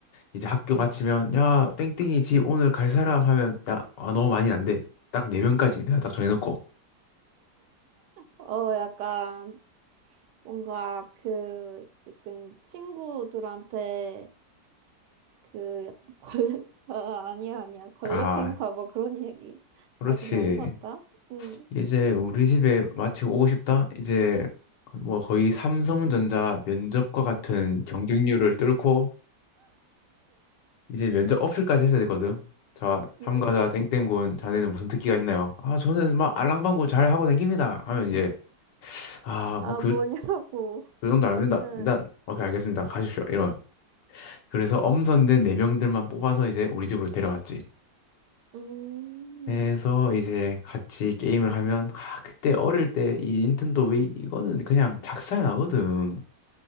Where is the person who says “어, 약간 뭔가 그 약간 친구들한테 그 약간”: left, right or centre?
Right